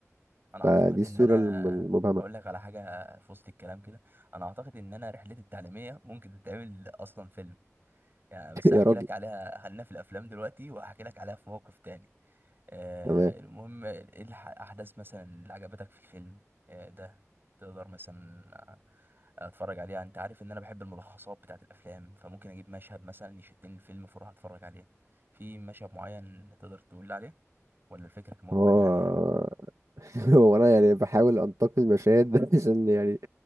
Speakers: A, on the right; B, on the right.
A: انا اعتقد
B: فدي الصوره
A: ان انا
B: الم- المبهمه
A: اقول لك على حاجه في وسط الكلام كده انا اعتقد ان انا رحلتي التعليميه ممكن تتعمل اصلا فيلم يعني بس
B: <laughs>
A: هحكي
B: يا راجل
A: لك عليها خلينا في الافلام دلوقتي وهحكي لك عليها في موقف تاني آه
B: تمام
A: المهم ايه الح- الاحداث مثلا اللي عجبتك في الفيلم آه ده تقدر مثلا اتفرج عليها انت عارف ان انا بحب الملخصات بتاعت الافلام فممكن اجيب مشهد مثلا يشدني الفيلم فاروح اتفرج عليه في مشهد معين تقدر تقول لي عليه ولا الفكره كمجمل
B: هو
A: يعني حلوه
B: <laughs> هو انا يعني بحاول انتقي المشاهد <laughs> ده عشان يعني